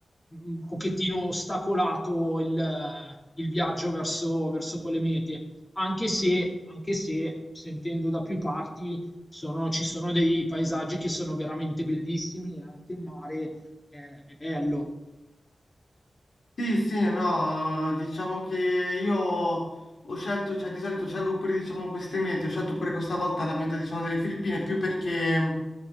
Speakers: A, on the left; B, on the left.
A: mm, un pochettino ostacolato il, eh, il viaggio verso, verso quelle mete anche se, anche se sentendo da più parti sono- ci sono dei paesaggi che sono veramente bellissimi e anche il mare eh, è bello.
B: Sì, sì, no, eh, diciamo che io ho scelto, cioè di solito scelgo pure diciamo queste mete, ho scelto pure questa volta la meta diciamo delle Filippine più perché